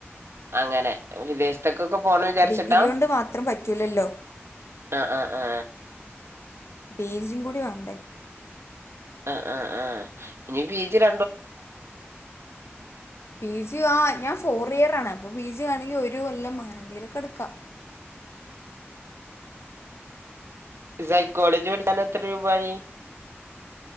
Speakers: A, on the right (about 75°); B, on the left (about 80°).
A: അങ്ങനെ വിദേശത്തൊക്ക ക്കപോണം വിചാർച്ചിട്ടാ
B: ഡിഗ്രി കൊണ്ട് മാത്രം പറ്റൂലല്ലോ
A: ആ ആ ആ
B: പീ ജീം കൂടി വാണ്ടേ
A: ആ ആ ആ ഇനി പീ ജി ര
B: പീ ജി ആ ഞാ ഫോർ ഇയറാണ് അപ്പൊ പി ജി വാണെങ്കിൽ ഒരു കൊല്ലം അങ്ങനെന്തേലൊക്കെടുക്കാ
A: സൈക്കോളജി പഠി കാനായി എത്ര രൂപായി?